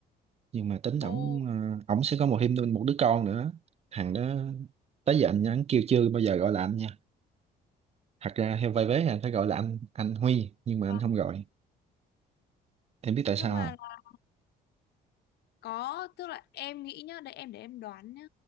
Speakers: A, on the right; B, on the left.
A: nhưng mà tính
B: ô
A: ổng ờ, ổng sẽ có một thêm một đứa con nữa thằng đó tới giờ anh, anh kêu chưa bao giờ gọi là anh nha thật ra theo vai vế thì anh phải gọi là anh anh Huy nhưng mà
B: à,
A: anh không gọi em biết tại
B: nhưng
A: sao
B: mà
A: không
B: là có tức là em nghĩ nhá để em để em đoán nhá